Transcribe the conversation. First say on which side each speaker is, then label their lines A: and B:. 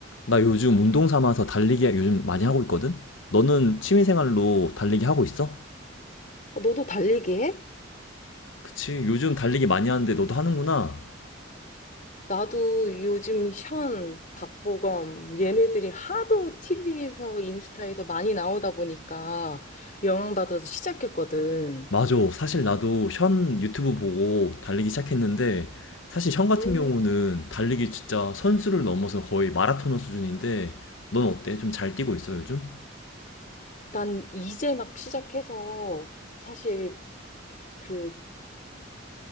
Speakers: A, on the left; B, on the left.
A: 나 요즘 운동 삼아서 달리기 요즘 많이 하고 있거든? 너는 취미생활로 달리기 하고 있어?
B: 어, 너도 달리기 해?
A: 그치, 요즘 달리기 많이 하는데 너도 하는구나.
B: 나도 요즘 현, 박보검 얘네들이 하도 TV에서 인스타에서 많이 나오다 보니까 영향 받아서 시작했거든.
A: 맞아. 사실 나도 현 유튜브 보고 달리기 시작했는데, 사실 현 같은
B: 음,
A: 경우는 달리기 진짜 선수를 넘어서 거의 마라토너 수준인데, 넌 어때? 좀 잘 뛰고 있어, 요즘?
B: 난 이제 막 시작해서 사실 그